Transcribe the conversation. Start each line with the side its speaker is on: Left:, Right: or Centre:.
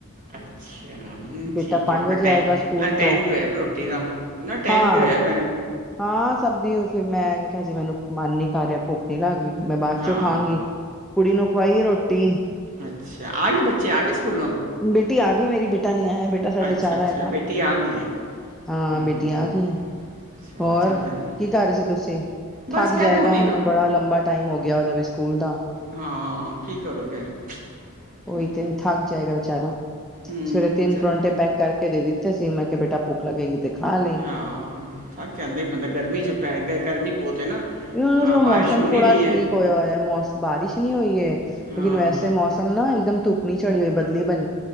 Right: ਅੱਛਾ
Centre: ਬੇਟਾ
Right: ਠੀਕ
Centre: ਪੰਜ
Right: ਐ, ਆਪਣਾ
Centre: ਵਜੇ
Right: ਟਾਈਮ।
Centre: ਆਏਗਾ ਸਕੂਲ
Right: ਨਾਲ ਟਾਈਮ
Centre: ਤੋਂ
Right: ਵੀ ਹੋਇਆ ਪਿਆ ਰੋਟੀ ਦਾ ਨਾ ਟਾਈਮ
Centre: ਹਾਂ
Right: ਵੀ ਹੋਇਆ ਪਿਆ।
Centre: ਹਾਂ, ਸਭ ਦੀ ਉਹ ਫਿਰ ਮੈਂ ਕਿਹਾ ਹਜੇ ਮੈਨੂੰ ਮਨ ਨੀ ਕਰ ਰਿਹਾ ਭੁੱਖ ਨੀ ਲੱਗ ਰਹੀ। ਮੈਂ ਬਾ
Right: ਹਾਂ
Centre: ਚੋਂ ਖਾਗੀ! ਕੁੜੀ ਨੂੰ ਖਵਾਈ ਰੋਟੀ।
Right: ਅੱਛਾ ਆ ਗਏ ਬੱਚੇ ਆ ਗਏ ਸਕੂਲੋਂ
Centre: ਬੇਟੀ ਆ ਗਈ ਮੇਰੀ ਬੇਟਾ ਨਹੀਂ ਆਇਆ। ਬੇਟਾ ਸਾਡੇ
Right: ਅੱਛਾ
Centre: ਚਾਰਾ
Right: ਅੱਛਾ
Centre: ਹੈਗਾ
Right: ਬੇਟੀ ਆ ਗਈ ਹੈ
Centre: ਹਾਂ
Right: ਹੂੰ,
Centre: ਬੇਟੀ ਆ ਗਈ।
Right: ਚਲੋ
Centre: ਹੋਰ
Right: ਥੱਕ ਜਾਂਦੇ
Centre: ਕੀ ਕਰ ਰਹੇ ਸੀ ਤੁਸੀਂ
Right: ਬਸ
Centre: ਥੱਕ
Right: ਕਹਿ
Centre: ਜਾਏਗਾ
Right: ਤੇ ਹੁਣੇ
Centre: ਉਹਨੂੰ
Right: ਰੋਟੀ
Centre: ਬੜਾ ਲੰਬਾ ਟਾਈਮ ਹੋ ਗਿਆ ਉਹਦਾ! ਸਕੂਲ ਦਾ
Right: ਹਾਂ ਕੀ ਕਰੋਗੇ। ਹੂੰ,
Centre: ਉਹੀ ਤੇ
Right: ਹੂੰ।
Centre: ਥੱਕ ਜਾਏਗਾ ਬੇਚਾਰਾ
Right: ਹੂੰ,
Centre: ਸਵੇਰੇ ਤਿੰਨ
Right: ਚਲੋ
Centre: ਪਰੋਂਟੇ ਪੈਕ ਕਰਕੇ ਦੇ ਦਿੱ ਸੀ ਮੈਂ ਕਿਹਾ ਬੇਟਾ ਭੁੱਖ ਲੱਗੇ ਗੀ ਤੇ ਖਾ ਲਈ।
Right: ਹਾਂ, ਸਭ ਚਾਂਦੇ ਬੰਦਾ ਗਰਮੀ ਚ ਪੈ ਗਿਆ ਗਰਮੀ ਬਹੁਤ ਐ ਨਾ।
Centre: ਇਹ
Right: ਹਾਂ, ਬਾਰਿਸ਼
Centre: ਮੌਸਮ
Right: ਹੋ
Centre: ਥੋੜਾ
Right: ਨੀ ਰਹੀ
Centre: ਠੀਕ
Right: ਹੈ।
Centre: ਹੋਇਆ ਹੋਇਆ ਮੌਸਮ ਬਾਰਿਸ਼ ਨਹੀਂ ਹੋਈ ਐ। ਲੇਕਿਨ
Right: ਹਾਂ,
Centre: ਵੈਸੇ ਮੌਸਮ ਨਾ ਇੱਕਦਮ ਧੁੱਪ ਨੀ ਚੜੀ ਹੋਈ ਬਦਲੀ ਬਣੀ।